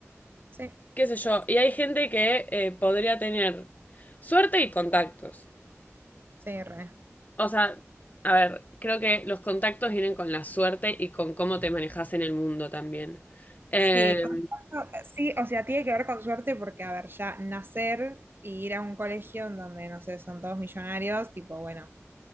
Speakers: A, on the right; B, on the left.
A: sí,
B: qué sé yo, y hay gente que eh, podría tener suerte y contactos.
A: sí, re.
B: O sea, a ver, creo que los contactos vienen con la suerte y con cómo te manejas en el mundo también. Eh,
A: Sí, con- sí, o sea, tiene que ver con suerte porque, a ver, ya nacer y ir a un colegio en donde, no sé, son todos millonarios, tipo, bueno,